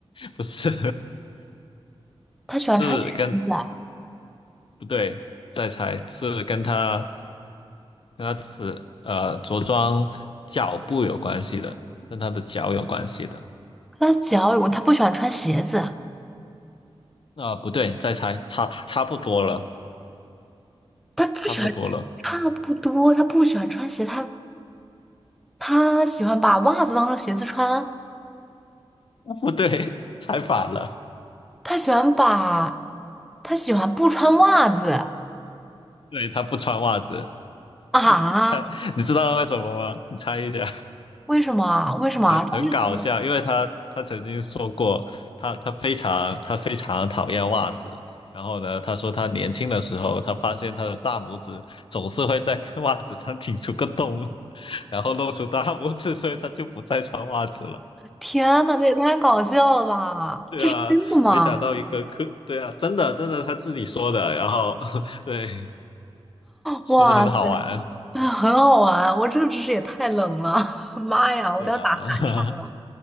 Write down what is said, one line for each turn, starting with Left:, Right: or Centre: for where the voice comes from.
Left: 不是
Centre: 他喜欢穿裙子啊
Left: <laughs>，是跟不对，再猜是跟它跟它是呃着装脚步有关系的，跟它的脚有关系的。
Centre: 他的脚有问他不喜欢穿鞋子，
Left: 啊、不对，再猜，差差不多了，
Centre: 他不喜欢，
Left: 差不多了，
Centre: 差不多，他不喜欢穿鞋，他他喜欢把袜子当成鞋子穿，
Left: 不对，<laughs> 猜反了。
Centre: 他喜欢把，他喜欢不穿袜子
Left: 对，它不穿袜子，
Centre: 啊？
Left: 猜，你知道为什么吗？你猜一下。
Centre: 为什么啊为什么啊这是
Left: 很很搞笑，因为他他曾经说过，他他非常他非常讨厌袜子。然后呢，他说他年轻的时候，他发现他的大拇指总是会在 <laughs> 袜子上顶出个洞，然后露出大拇指，所以他就不再穿袜子了。
Centre: 天呐，这也太搞笑了吧！
Left: 对啊，
Centre: 这是真的吗？
Left: 没想到一个科，对啊，真的真的他自己说的。然后 <laughs> 对，是不是很好玩？
Centre: 哇塞！啊，很好玩。我这个知识也太冷了，<laughs> 妈呀，我都要打寒颤了。
Left: 对啊，